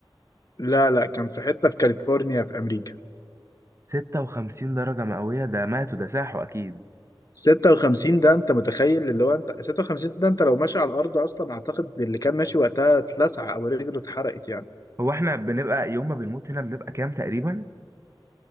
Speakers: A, on the left; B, on the right.
A: لا لا كان في حتة في كاليفورنيا في امريكا
B: 56 درجة مئوية ده ماتوا ده ساحوا اكيد
A: 56 ده انت متخيل اللي هو انت 56 ده انت لو ماشي على الارض اصلا اعتقد اللي كان ماشي وقتها اتلسع او رجله اتحرقت يعني
B: هو احنا بنبقى يوم ما بنموت هنا بنبقى كام تقريبا